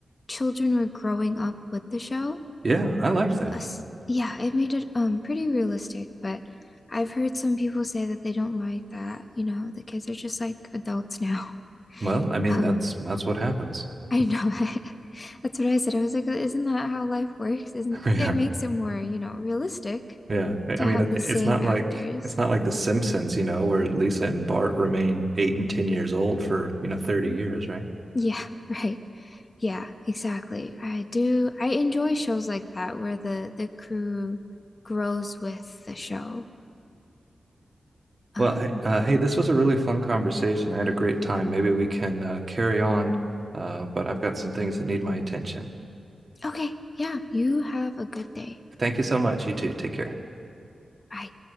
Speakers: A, on the left; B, on the right.
A: children were growing up with the show.
B: Yeah, I like that.
A: Us, yeah, it made it um pretty realistic, but I've heard some people say that they don't like that, you know, the kids are just like adults now. <laughs>
B: Well, I mean,
A: Um
B: that's that's what happens. <laughs>
A: I know <laughs> That's what I said. I was like, isn't that how life works? Isn't
B: Yeah.
A: it makes it more, you know, realistic
B: Yeah, I
A: to
B: I mean,
A: have
B: it-
A: the
B: it's
A: same
B: not
A: actors?
B: like it's not like The Simpsons, you know, where Lisa and Bart remain eight and ten years old for, you know, 30 years, right?
A: Yeah, <laughs> right. Yeah, exactly. I do. I enjoy shows like that where the the crew grows with the show. Um,
B: Well, hey, uh, hey, this was a really fun conversation. I had a great time. Maybe we can uh, carry on, uh, but I've got some things that need my attention.
A: okay, yeah, you have a good day.
B: Thank you so much. You too. Take care.
A: Bye.